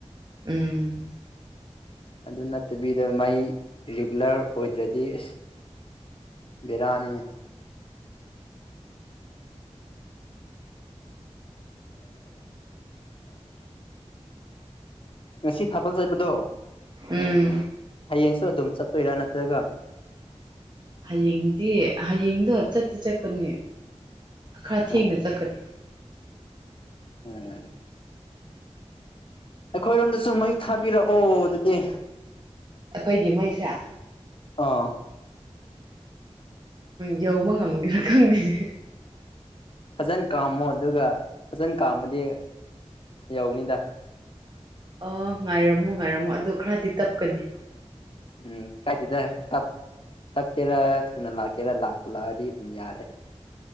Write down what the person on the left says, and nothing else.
ꯑꯗꯨ ꯅꯠꯇꯕꯤꯗ ꯃꯩ ꯔꯤꯒꯨꯂꯔ ꯑꯣꯏꯗ꯭ꯔꯗꯤ ꯑꯁ ꯕꯦꯔꯥꯅꯤꯅꯦ ꯑꯗꯁꯤ ꯊꯕꯛ ꯆꯠꯄꯗꯣ
ꯍꯌꯦꯡꯁꯨ ꯑꯗꯨꯝ ꯆꯠ ꯏꯂ ꯅꯠꯇ꯭ꯔꯒ
ꯎꯝ
ꯎꯝ ꯑꯩꯈꯣꯏꯔꯣꯝꯗꯁꯨ ꯃꯩ ꯊꯥꯕꯤꯔꯛꯑꯣ ꯑꯗꯨꯗꯤ
ꯑꯥ
ꯐꯖꯅ ꯀꯥꯝꯃꯣ ꯑꯗꯨꯒ ꯐꯖꯅ ꯀꯥꯝꯃꯗꯤ ꯌꯧꯅꯤꯗ
ꯎꯝ ꯀꯥꯏꯗꯗ ꯇꯞꯀꯦꯔꯥ ꯊꯨꯅ ꯂꯥꯛꯀꯦꯔ ꯂꯥꯛꯄ ꯂꯥꯛꯑꯗꯤ ꯑꯗꯨꯝ ꯌꯥꯔꯦ